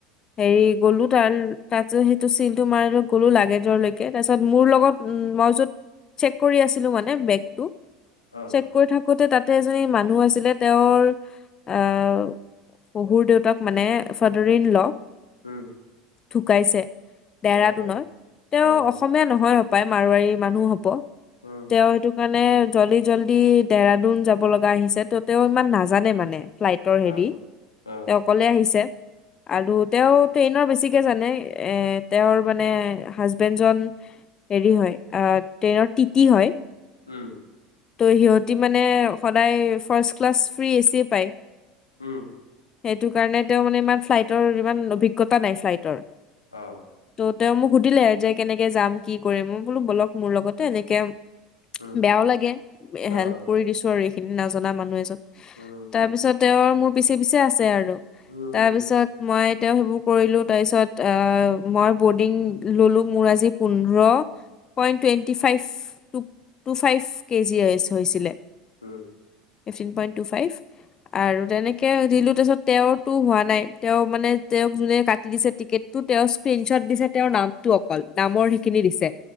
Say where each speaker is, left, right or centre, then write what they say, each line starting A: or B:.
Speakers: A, on the left (about 30°); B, on the left (about 80°).
A: হেৰি গ'লো। তাৰ তাত সেইটো চিনটো মাৰো কলো লাগেজৰ লৈকে। তাৰপিছত মোৰ লগত উম মই কৈছোঁ চেক কৰি আছিলো মানে বেগটো।
B: অ।
A: চেক কৰি থাকোতে তাতে এজনী মানুহ আছিলে। তেওঁৰ আহ শহুৰ দেউতাক মানে ফাদাৰ ইণ ল।
B: উম।
A: ঢুকাইছে ডেৰাডুনত।
B: অ', অ',
A: তেওঁ
B: অ', অ',
A: অসমীয়া নহয় হপায়, মাৰোৱাৰী মানুহ হব।
B: উম।
A: তেওঁ সেইটো কাৰণে জল্দি জল্দি ডেৰাডুন যাব লগা আহিছে। ত' তেওঁ ইমান নাজানে মানে। ফ্লাইটৰ হেৰি।
B: অ', অ',
A: তেওঁক অকলে আহিছে আৰু তেওঁ ট্ৰেইনৰ বেছিকে জানে। এ তেওঁৰ মানে হাজবেণ্ড জন হেৰি হয় আ ট্ৰেইনৰ টিতি হয়।
B: উম।
A: ত' সিহঁতি মানে সদায় ফাৰ্ষ্ট ক্লাছ ফ্ৰী এচি পায়।
B: উম।
A: সেইটো কাৰণে তেওঁ মানে ইমান ফ্লাইটৰ ইমান অভিজ্ঞতা নাই ফ্লাইটৰ।
B: অঁ।
A: ত' তেওঁ মোক সুধিলে যে, কেনেকে যাম কি কৰিম? মই বোলো বলক মোৰ লগতে। এনেকে
B: উম,
A: বেয়াও লাগে হেল্প
B: অ',
A: কৰি দিছো আৰু এইখিনি নাজানা মানুহ এজন।
B: উম,
A: তাৰপিছত তেওঁৰ মোৰ পিছে পিছে আছে আৰু।
B: উম, উম।
A: তাৰপিছত মই এতিয়া সেইবোৰ কৰিলোঁ। তাৰপিছত আ মই বৰ্ডিং ল'লোঁ। মোৰ আজি পোন্ধৰ point twenty five two five. K G S হৈছিলে
B: উম
A: ফিফটি পইণ্ট‌ তো ফাইভ আৰু তেনেকে দিলো তাৰপিছত তেওঁতো হোৱা নাই তেওঁ মানে তেওঁক যোনে কাটি দিছে টিকেট তো তেওঁ স্ক্ৰীনশ্বট দিলে তেওঁৰ নামটো অকল নামৰ সিখিনি দিছে